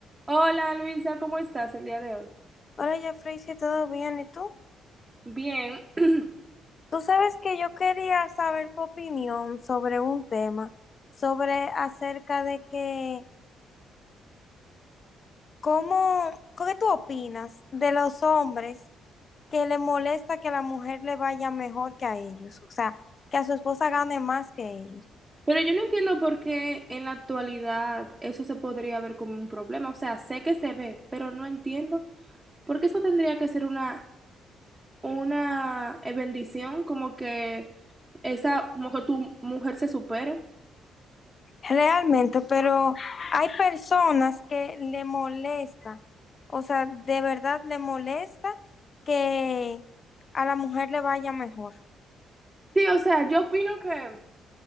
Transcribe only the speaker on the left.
Hola, Jeffrey, si todo bien, ¿y tú?
Tú sabes que yo quería saber tu opinión sobre un tema, sobre acerca de que, ¿cómo, qué tú opinas de los hombres que le molesta que a la mujer le vaya mejor que a ellos? O sea, que a su esposa gane más que ellos.
Realmente, pero hay personas que le molesta, o sea, de verdad le molesta que a la mujer le vaya mejor.